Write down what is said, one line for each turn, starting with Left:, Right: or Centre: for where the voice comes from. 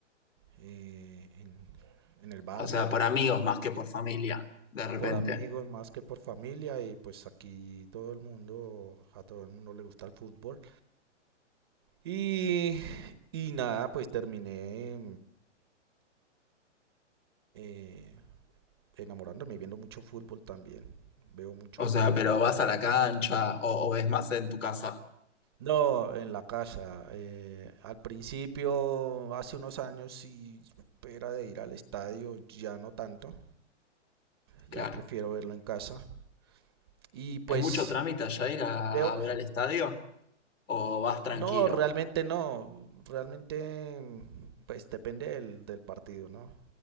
Right: eh, en, en el barrio,
Left: O sea, por amigos más que por familia, de repente.
Right: por amigos más que por familia y pues aquí todo el mundo, a todo el mundo le gusta el fútbol. Y, y nada, pues terminé eh, enamorándome y viendo mucho fútbol también. Veo mucho
Left: O
Right: fútbol.
Left: sea, pero vas a la cancha o, o es más en tu casa,
Right: No, en la casa. eh, al principio, hace unos años, sí era de ir al estadio, ya no tanto.
Left: claro.
Right: Ya prefiero verlo en casa. Y pues
Left: ¿Es mucho trámite allá ir a,
Right: veo,
Left: a ver al estadio o vas tranquilo?
Right: No, realmente no. Realmente, pues depende del, del partido, ¿no?